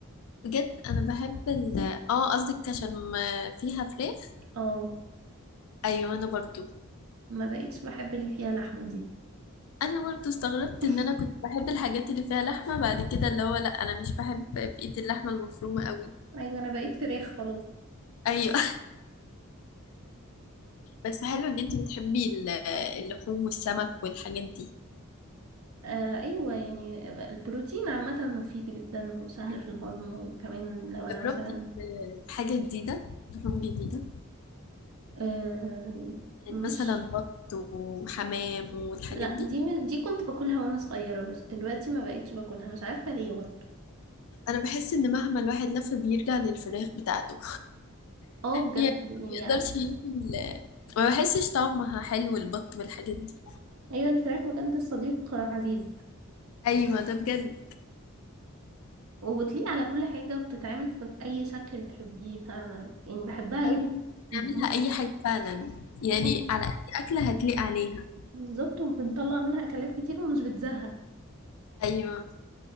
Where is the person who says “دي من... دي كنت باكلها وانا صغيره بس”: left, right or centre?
Right